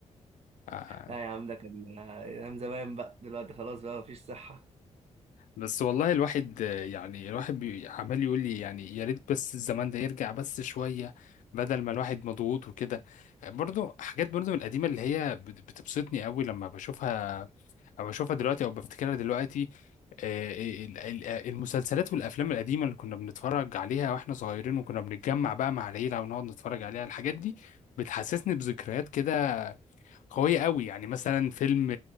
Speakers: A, on the left; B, on the right.
A: آه،
B: لا يا عم ده كان ايام زمان بقى دلوقتي خلاص بقى مفيش صحه
A: بس والله الواحد يعني الواحد بي- عمال يقول لي يعني يا ريت بس الزمان ده يرجع بس شوية بدل ما الواحد مضغوط وكده برضو حاجات برضو من القديمة اللي هي بت- بتبسطني قوي لما بشوفها او بشوفها دلوقتي او بفتكرها دلوقتي آه، ال- ال- المسلسلات والافلام القديمة اللي كنا بنتفرج عليها واحنا صغيرين وكنا بنتجمع بقى مع العيلة ونقعد نتفرج عليها الحاجات دي بتحسسني بذكريات كده قوية قوي يعني مثلا فيلم